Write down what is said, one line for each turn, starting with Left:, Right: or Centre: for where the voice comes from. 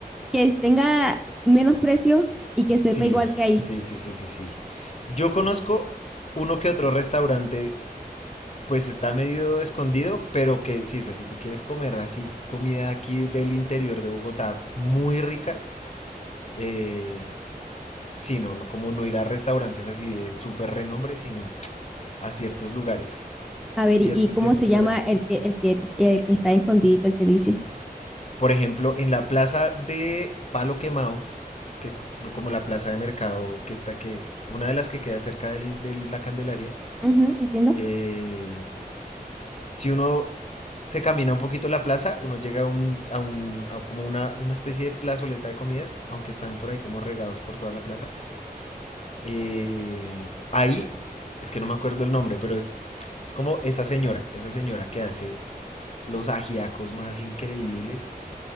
Centre: que tenga menos precio y que
Left: Sí,
Centre: sepa igual que ahí.
Left: sí, sí, sí, sí, sí. Yo conozco uno que otro restaurante pues está medio escondido, pero que sí, o sea, si tú quieres comer así comida aquí del interior de Bogotá muy rica, eh, sí, no, no, como no ir a restaurantes así de súper renombre, sino a ciertos lugares,
Centre: A
Left: ciertos,
Centre: ver, ¿y y cómo
Left: ciertos
Centre: se llama
Left: lugares.
Centre: el que, el que, el que está escondido, el que dices?
Left: Por ejemplo, en la plaza de Palo Quemado, que es por- como la plaza de mercado que está, que una de las que queda cerca del- de la Candelaria,
Centre: Ujú, entiendo.
Left: eh, si uno se camina un poquito la plaza, uno llega a un, a un a como una, una especie de plazoleta de comidas, aunque están por ahí como regados por toda la plaza. Eh, ahí, es que no me acuerdo el nombre, pero es, es como esa señora, esa señora que hace los ajiacos más increíbles,